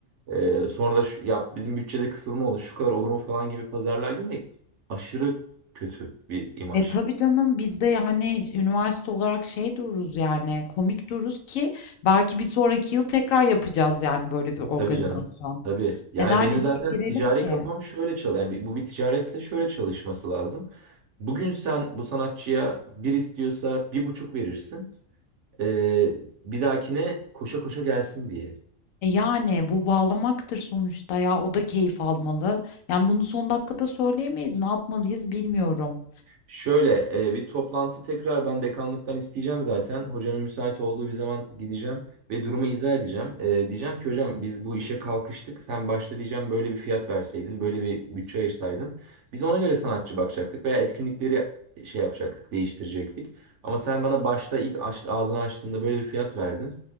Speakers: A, on the right; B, on the left.
A: e, sonra da şu, ya bizim bütçede kısılma olur şu kadar olur mu falan gibi pazarlığa girmek aşırı kötü bir imaj.
B: E tabii canım biz de yani üniversite olarak şey dururuz yani komik dururuz ki belki bir sonraki yıl tekrar yapacağız yani böyle bir organizasyon.
A: Tabii canım. Tabii. Yani
B: Neden
A: benim
B: riske
A: zaten
B: girelim
A: ticari
B: ki?
A: kafam şöyle çalışıyor. Yani bu bir ticaretse şöyle çalışması lazım. Bugün sen bu sanatçıya bir istiyorsa bir buçuk verirsin. Ee, bir dahakine koşa koşa gelsin diye.
B: E yani bu bağlamaktır sonuçta ya o da keyif almalı. Yani bunu son dakikada söyleyemeyiz. Ne yapmalıyız bilmiyorum.
A: Şöyle e, bir toplantı tekrar ben dekanlıktan isteyeceğim zaten. Hocanın müsait olduğu bir zaman gideceğim ve durumu izah edeceğim. E, diyeceğim ki hocam biz bu işe kalkıştık. Sen başta diyeceğim böyle bir fiyat verseydin, böyle bir bütçe ayırsaydın. Biz ona göre sanatçı bakacaktık veya etkinlikleri şey yapacaktık, değiştirecektik. Ama sen bana başta ilk aç, ağzını açtığında böyle bir fiyat verdin.